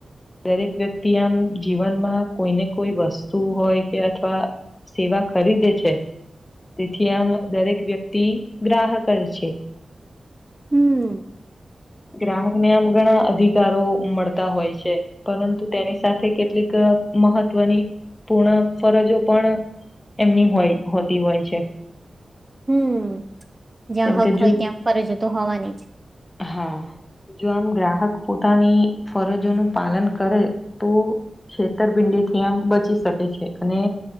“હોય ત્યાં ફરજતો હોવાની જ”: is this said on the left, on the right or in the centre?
Right